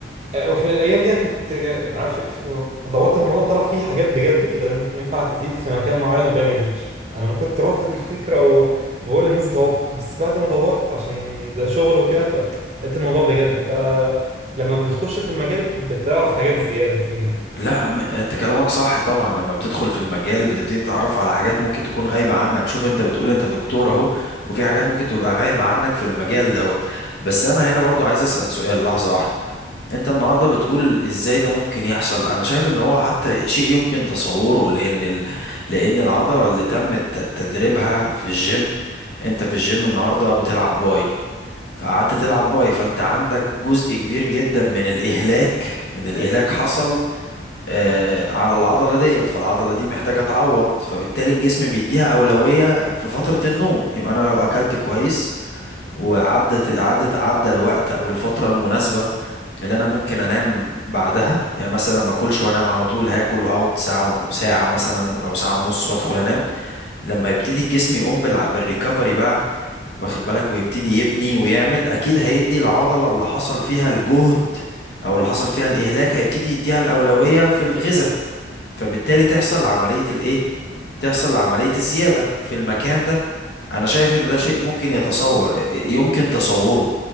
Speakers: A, on the right; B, on the left.
A: وفي الايام دي كنت عارف- دورت في الموضوع طلع فيه حاجات بجد كده لان انت ينفع تزيد في مكان معين والباقي ما يزيدش انا ما كنت رافض الفكره و- وبقول للناس دي عبط بس بعد ما دورت عشان ده شغل وكده فلقيت الموضوع بجد فلما بتخش في المجال بتعرف حاجات زياده كتير يعني
B: لا م... انت كلامك صح طبعا لما بتدخل في المجال بتبتدي تتعرف على حاجات ممكن تكون غايبه عنك شوف انت بتقول انت دكتور اهو وفي حاجات ممكن تبقى غايبه عنك في المجال دوت بس انا هنا برضو عايز اسال سؤال لحظه واحده انت النهارده بتقول ازاي ده ممكن يحصل انا شايف ان هو حتى شيء يمكن تصوره لان ال... لان العضله اللي تم الت- تدريبها في الجيم انت في الجيم النهارده بتلعب باي فقعدت تلعب باي فانت عندك جزء كبير جدا من الاهلاك من الاهلاك حصل آه على العضله ديت فالعضله دي محتاجه تعوض فبالتالي الجسم بيديها اولويه في فتره النوم يبقى انا لو اكلت كويس وعدت عدت عدى الوقت او الفتره المناسبه اللي انا ممكن انام بعدها يعني مثلا ما اكلش وانام على طول هاكل وهقعد ساعه و- ساعه مثلا او ساعه ونص وادخل انام لما يبتدي الجسم يقوم بالع... بالريكفري بقى واخد بالك ويبتدي يبني ويعمل اكيد هيدي العضله اللي حصل فيها الجهد او اللي حصل فيها الاهلاك هيبتدي يديها الاولويه في الغذاء فبالتالي تحصل عمليه الايه تحصل عمليه الزياده في المكان ده انا شايف ان ده شيء ممكن يتصور يمكن تصوره